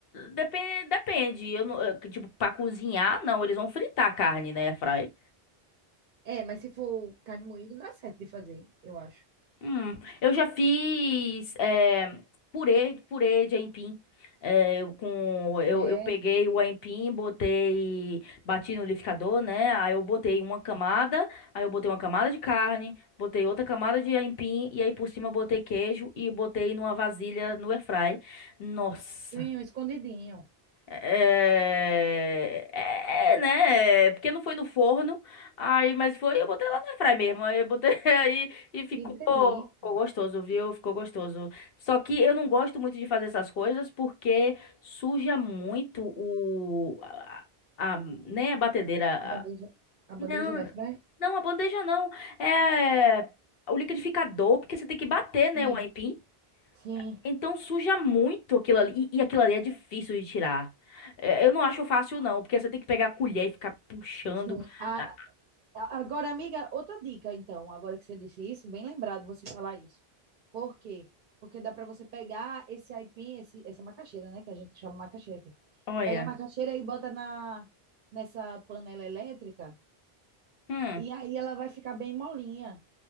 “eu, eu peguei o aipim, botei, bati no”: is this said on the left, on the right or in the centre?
Left